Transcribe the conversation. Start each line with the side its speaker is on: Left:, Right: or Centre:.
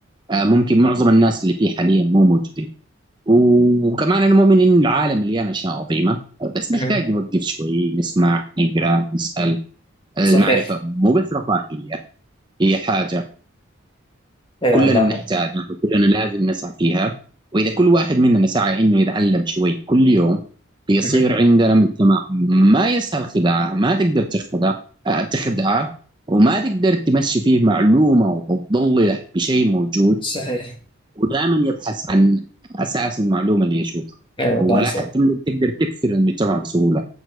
Right: آه، ممكن معظم الناس اللي فيه حاليا مو موجودين وكمان أنا مؤمن إن العالم مليان أشياء عظيمة آه، بس نحتاج
Left: مهم.
Right: نوقف شوي نسمع نقرأ نسأل المعرفة
Left: صحيح
Right: مو بس رفاهية هي حاجة
Left: أي
Right: كلنا
Left: والله
Right: بنحتاجها وكلنا لازم نسعى فيها وإذا كل واحد مننا سعى إنه يتعلم شوي كل يوم بيصير
Left: مهم.
Right: عندنا مجتمع ما يسهل خداعه ما تقدر تخدع آه، تخدعه وما تقدر تمشي فيه معلومة وتضله بشيء موجود
Left: صحيح
Right: ودائما يبحث عن أساس المعلومة اللي يشوفها
Left: أي والله
Right: ولا
Left: صادق
Right: حتى من- تقدر تكسر المجتمع بسهولة